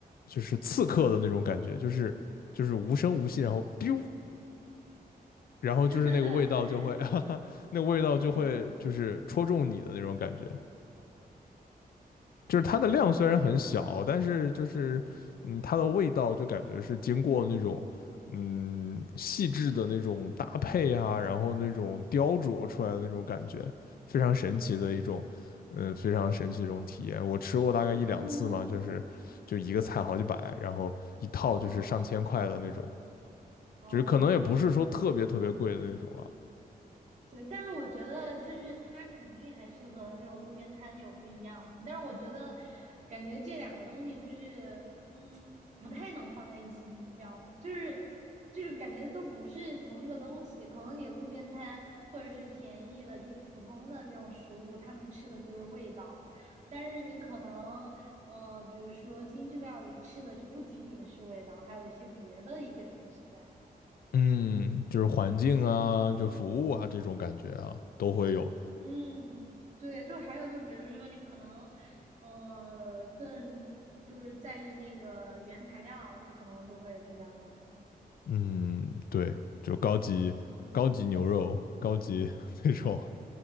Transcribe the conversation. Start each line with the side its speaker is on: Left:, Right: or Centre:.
Left: 就是刺客的那种感觉，就是就是无声无息，然后 biu，然后就是那个味道就会，
Right: <laughs>
Left: <laughs> 哈哈，那个味道就会就是戳中你的那种感觉。
Right: 嗯，
Left: 就是它的量虽然很小，
Right: 对，
Left: 但是就是嗯，它的味道就感觉是经过那种嗯细致的那种搭配啊，然后那种雕琢出来的那种感觉，非常神奇的一种嗯非常神奇的一种体验。我吃过大概一两次嘛，
Right: 嗯，
Left: 就是就一个菜好几百，然后一套就是上千块的那种，
Right: 嗯，嗯。
Left: 就是可能也不是说特别特别贵的那种了。
Right: 对，但是我觉得就是它肯定还是和那种路边摊有不一样嘛。但是我觉得，感觉这两个东西就是，嗯，不太能放在一起比较，就是就是感觉都不是同一个东西。可能你路边摊或者是便宜的，就是普通的那种食物，他们吃的就是味道，但是你可能呃，比如说精致料理吃的就不仅仅是味道，还有一些别的一些东西在。
Left: 嗯，就是环境啊，就服务啊这种感觉啊，都会有。
Right: 嗯，对，就还有就比如说你可能，呃，更就是在意那个原材料，你可能就会比较那个。
Left: 嗯，对，就高级高级牛肉，高级 <laughs> 那种。